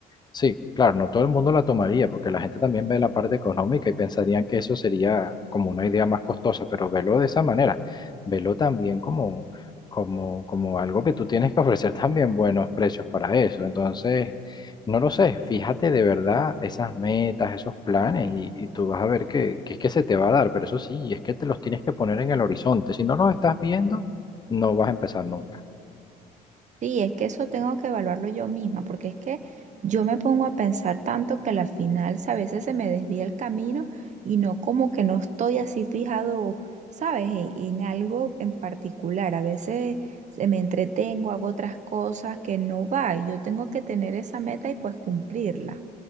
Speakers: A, on the left; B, on the right.
A: Sí, claro, no todo el mundo la tomaría, porque la gente también ve la parte económica y pensarían que eso sería como una idea más costosa, pero velo de esa manera, velo también como, como, como algo que tú tienes que ofrecer <laughs> también buenos precios para eso. Entonces, no lo sé, fíjate de verdad esas metas, esos planes, y, y tú vas a ver que, que es que se te va a dar, pero eso sí, es que te los tienes que poner en el horizonte. Si no los estás viendo, no vas a empezar nunca.
B: Sí, es que eso tengo que evaluarlo yo misma, porque es que yo me pongo a pensar tanto que a la final, si a veces se me desvía el camino y no como que no estoy así fijado, ¿sabes? En, en algo en particular. A veces se me entretengo, hago otras cosas que no va. y Yo tengo que tener esa meta y pues cumplirla.